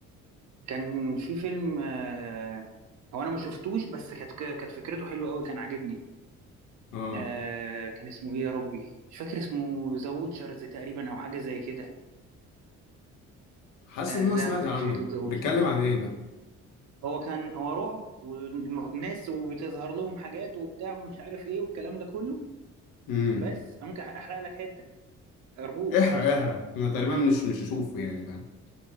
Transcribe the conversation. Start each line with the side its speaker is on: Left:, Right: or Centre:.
Right: كان في فيلم آه، هو انا ما شفتوش بس كانت كانت فكرته حلوه قوي كان عاجبني
Left: اه
Right: آه كان اسمه ايه يا ربي مش فاكر اسمه ذا ووتشرز تقريبا او حاجه زي كده
Left: حاسس
Right: آه
Left: ان انا
Right: لا
Left: سمعت
Right: ما كانش
Left: عنه
Right: ذا ووتشرز
Left: بيتكلم عن ايه ده
Right: هو كان هو رعب والناس وبتظهر لهم حاجات وبتاع ومش عارف ايه والكلام ده كله
Left: امم
Right: بس ممكن احرق لك حته ارجوك
Left: احرق احرق انا تقريبا مش مش هشوفه يعني فاهم